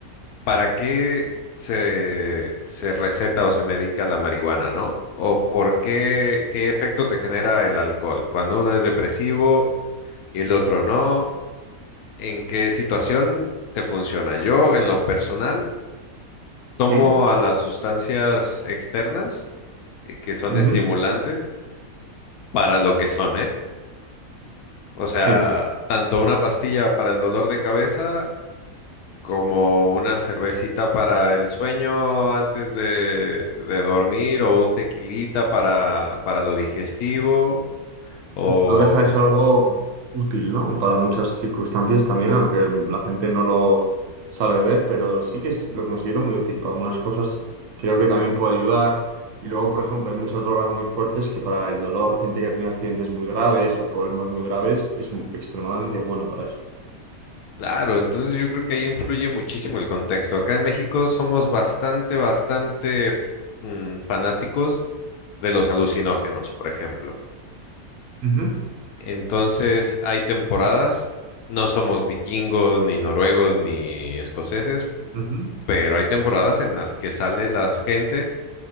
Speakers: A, on the left (about 85°); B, on the right (about 65°).
A: ¿para qué se, se receta o se medica la marihuana, no? ¿O por qué, qué efecto te genera el alcohol? Cuando uno es depresivo y el otro no, ¿en qué situación te funciona? Yo, en lo personal, tomo
B: Sí.
A: a las sustancias externas, eh, que son
B: Ujú.
A: estimulantes, para lo que son, ¿eh? O sea,
B: Sí.
A: tanto una pastilla para el dolor de cabeza como una cervecita para el sueño antes de, de dormir o un tequilita para, para lo digestivo. O,
B: No deja de ser algo útil, ¿no? Para muchas circunstancias también, aunque la gente no lo sabe ver, pero sí que es- lo considero muy útil. Para algunas cosas creo que también puede ayudar. Y luego, por ejemplo, hay muchas drogas muy fuertes que para el dolor, gente que ha tenido accidentes muy graves o problemas muy graves, es extremadamente bueno para eso.
A: claro, entonces yo creo que ahí influye muchísimo el contexto. Acá en México somos bastante, bastante mm, fanáticos de los alucinógenos, por ejemplo.
B: Ujú,
A: Entonces, hay temporadas, no somos vikingos, ni noruegos, ni escoceses
B: ujú,
A: pero hay temporadas en las que sale la gente